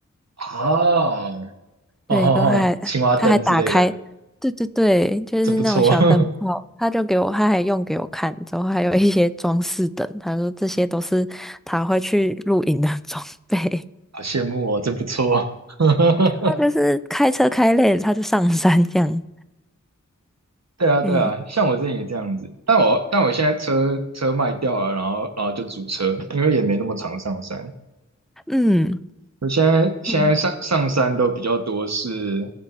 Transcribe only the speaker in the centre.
对，
都还他还打开，
对对对，就是那种小灯泡，
他就给我，他还用给我看。之后还有一些装饰灯，他说这些都是他会去露营的 <laughs> 装备。
<laughs> 他就是开车开累了，他就上山这样。
嗯
嗯
嗯